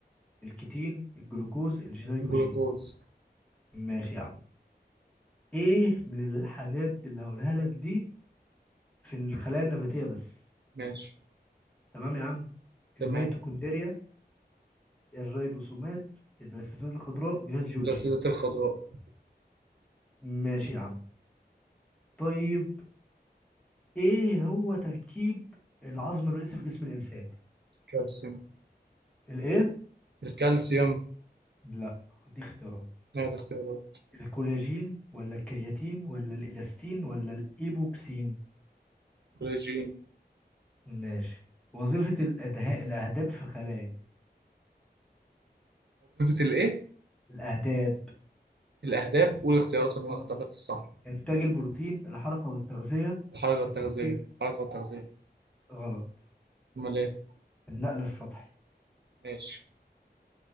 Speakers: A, in the centre; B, on the right.
A: الكيتين الجلوكوز الجلايكوجين
B: جلوكوز
A: ماشي يا عم ايه من الحاجات اللي هقولها لك دي في الخلايا النباتيه بس
B: ماشي
A: تمام يا عم
B: تمام
A: الميتوكوندريا الريبوسومات البلاستيدات الخضراء جهاز جولجي
B: الأسيدة الخضراء
A: ماشي يا عم طيب ايه هو تركيب العظم الرئيسي في جسم الانسان
B: كالسيوم
A: الايه
B: الكالسيوم
A: لا دي اختيارات
B: نهاية اختيارات
A: الكولاجين ولا الكرياتين ولا الالاستين ولا الايبوكسين
B: كولاجين
A: ماشي وظيفة الادهاء الاهداب في الخلايا
B: وظيفة الإيه؟
A: الاهداب
B: الأهداب والاختيارات اللي أنا
A: اه
B: اخترت الصح
A: انتاج البروتين الحركة والتغذية
B: الحركة التغذية
A: التمثيل
B: الحركة التغذية
A: غلط
B: أمال إيه؟
A: النقل السطحي
B: ماشي